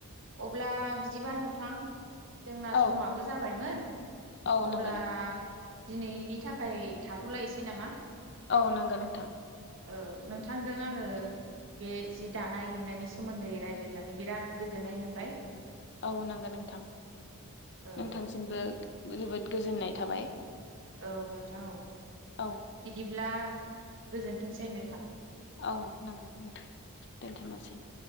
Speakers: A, on the right (about 60°); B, on the left (about 50°).
A: अब्ला बिदिबा नोंथां जोंना
B: औ
A: समाबो जाबायमोन
B: औ
A: अब्ला
B: नंगौ नों
A: दिनैनि थाखाय थाथ'लायसै नामा?
B: औ नंगो नोंथां।
A: औ नोंथांजों आङो बे जि दानाय लुनायनि सोमोन्दै रायज्लायनानै बिराद गोजोननाय मोनबाय।
B: औ नंगौ नोंथां।
A: औ
B: नोंथांसिमबो जोबोद गोजोननाय थाबाय।
A: औ नोंथां औ।
B: औ
A: बिदिब्ला गोजोनथोंसै नोंथां
B: औ नांगौ दोनथ'नोसै।